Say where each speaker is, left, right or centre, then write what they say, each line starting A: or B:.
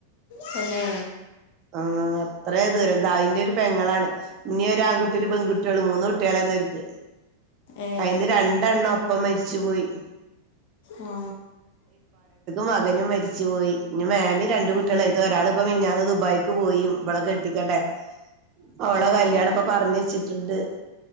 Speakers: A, on the left; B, on the right.
A: തന്നെ
B: ആ അത്രേ ദൂരം എന്തായിൻ്റൊരു പെങ്ങളാണ് ഇനി ഒരാൺകുട്ടി ഒരു
A: ഉം
B: പെൺകുട്ട്യേള് മൂന്ന് കുട്ട്യേളേനി വര് <unintelligible>
A: ഏഹ്
B: അയിന്ന് രണ്ടെണ്ണം ഒപ്പം മരി ച്ചുപോയി
A: ആ
B: മകനും മരിച്ചു പോയി ഇഞ് മേ മ്മിം രണ്ട് കുട്ട്യേ
A: ഉം
B: ളും അയ്ത്തൊരാ ളിപ്പൊ മിഞ്ഞാന്ന് ദുബ്ക്ക് പോയി ഇവിളെ കെട്ടിക്കണ്ടേ ഓളെ
A: ആഹ്
B: കല്യാണപ്പൊ വച്ചിട്ടുണ്ട്